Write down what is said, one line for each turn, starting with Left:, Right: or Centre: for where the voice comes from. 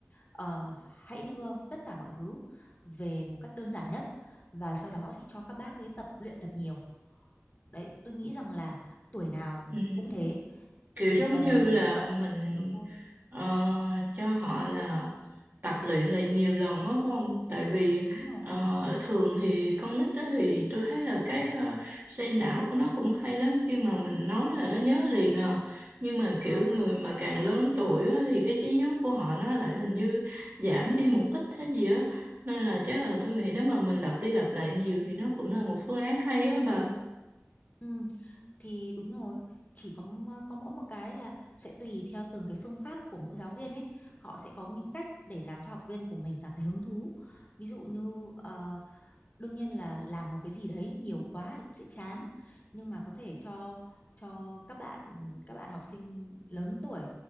Left: Ờ, hãy đưa tất cả mọi thứ về một cách đơn giản nhất và sau đó thì cho các bác ấy tập luyện thật nhiều đấy tôi nghĩ rằng là tuổi nào
Right: Ừ.
Left: cũng thế
Right: kiểu
Left: chỉ
Right: giống
Left: cần
Right: như là
Left: mình tập luyện
Right: mình
Left: nhiều thôi
Right: ờ, cho họ là tập luyện lại nhiều lần đó phải không? Tại vì
Left: đúng rồi
Right: ờ, thường thì con nít đó thì tôi thấy là cái ờ, xây não của nó cũng hay lắm khi mà mình nói là nó nhớ liền à. Nhưng mà kiểu
Left: ờ,
Right: người
Left: chính
Right: mà
Left: xác
Right: càng
Left: á.
Right: lớn tuổi á thì cái trí nhớ của họ nó lại hình như giảm đi một ít hay gì á. Nên là chắc là tôi nghĩ nếu mà mình lặp đi lặp lại nhiều thì nó cũng là một phương án hay á bà.
Left: ừ, thì đúng rồi chỉ có m- có mỗi một cái là sẽ tùy theo từng cái phương pháp của mỗi giáo viên ấy họ sẽ có những cách để làm cho học viên của mình cảm thấy hứng thú ví dụ như ờ, đương nhiên là làm một cái gì đấy nhiều quá thì cũng sẽ chán nhưng mà có thể cho cho các bạn các bạn học sinh lớn tuổi